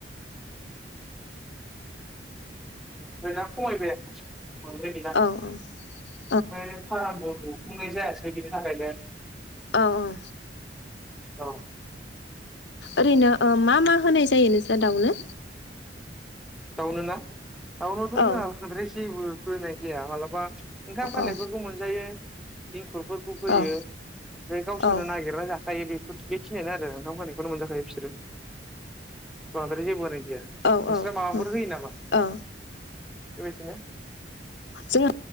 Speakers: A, in the centre; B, on the left.
A: बेराद खमायबाय आरो। मोनब्रै गैला
B: औ औ।
A: ओमफ्राय फारामखौ फुंनाय जायासै। बिदिनि थाखायनो
B: औ औ।
A: औ।
B: ओरैनो ओ मा मा? होनाय जायो नोंस्रा दाउनो?
A: दावनो ना? दाउनोथ'
B: औ
A: जोंहा <unintelligible> बोनाय जाया माला बा ओंखाम खालायफोरखौ
B: औ
A: मोनजायो। <unintelligible> खुरफोरखौ होयो
B: औ
A: ओमफ्राय गावसोरनो
B: औ
A: नागिरना जा खायो बेफोर बेखिनियानो आरो ओंखाम खालायफोर मोनजाखायो बिसोरो बांद्राय जेबो होनाय जाया। नोंस्रा
B: औ औ
A: माबाफोर
B: औ
A: होयो नामा बेबायदिनो?
B: औ जोंहा